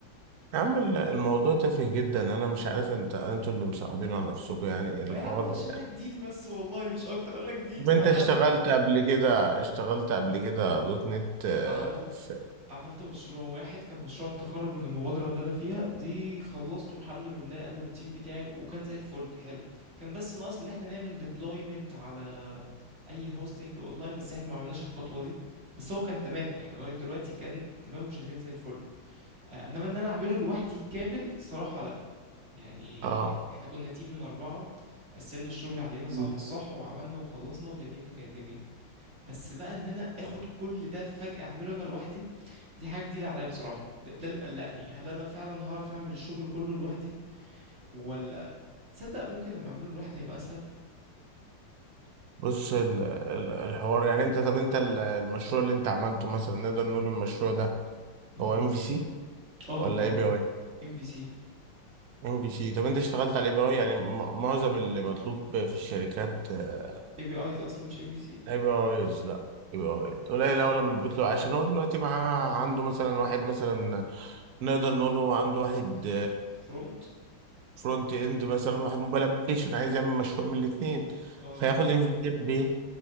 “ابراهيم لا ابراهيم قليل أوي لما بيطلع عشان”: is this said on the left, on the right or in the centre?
Right